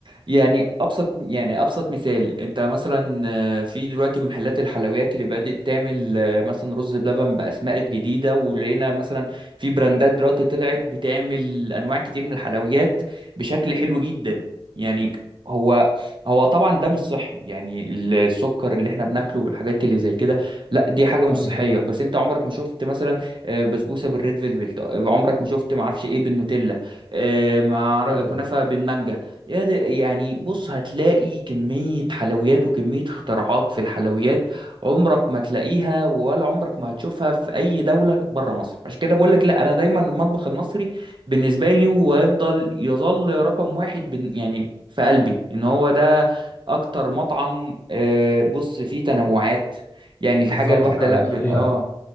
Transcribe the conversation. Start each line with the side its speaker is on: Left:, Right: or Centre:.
Right: يعني ابسط يعني ابسط مثال انت مثلا آه، في دلوقتي محلات الحلويات اللي بدأت تعمل آه، مثلا رز بلبن باسماء جديده ولقينا مثلا في براندات دلوقتي طلعت بتعمل انواع كتير من الحلويات بشكل حلو جدا يعني هو هو طبعا ده مش صحي يعني السكر اللي احنا بناكله والحاجات اللي زي كده لا دي حاجه مش
Left: ايوه
Right: صحيه بس انت عمرك ما شفت مثلا آه، بسبوسه بالريد فيلفل عمرك ما شفت ما اعرفش ايه بالنوتيلا آه، مع
Left: ايوه
Right: كنافه بالمانجا يا ده- يعني بص هتلاقي كمية حلويات وكمية اختراعات في الحلويات عمرك ما تلاقيها ولا عمرك ما هتشوفها في أي دولة بره مصر عشان كده بقول لك لا أنا دايما المطبخ المصري بالنسبة لي ويفضل يظل رقم واحد بن يعني في قلبي إن هو ده أكتر مطعم آه، بص فيه تنوعات يعني
Left: بالظبط
Right: الحاجة الواحدة
Left: فعلا
Right: لا
Left: دي
Right: ب...
Left: حقيقة
Right: آه